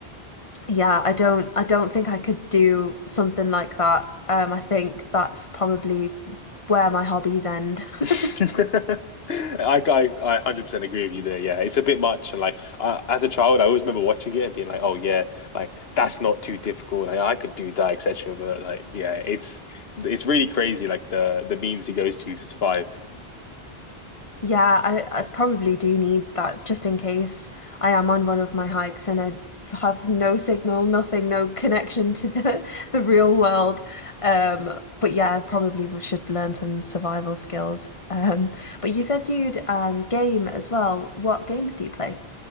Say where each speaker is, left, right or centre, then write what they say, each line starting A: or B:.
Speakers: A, on the left; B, on the left.
A: Yeah, I don't I don't think I could do something like that. Um, I think that's probably where my hobbies end. <laughs>
B: <laughs> I, I, I 100% agree with you there. Yeah, it's a bit much. And like, I, as a child, I always remember watching it and being like, oh, yeah, like that's not too difficult. Like, I could do that, etc. But like, yeah, it's it's really crazy, like the the means he goes to to survive.
A: Yeah, I, I probably do need that just in case I am on one of my hikes and I have no signal, nothing, no connection to the <laughs> the real world. Um, but yeah, I probably w- should learn some survival skills. Um, but you said you'd um game as well. What games do you play?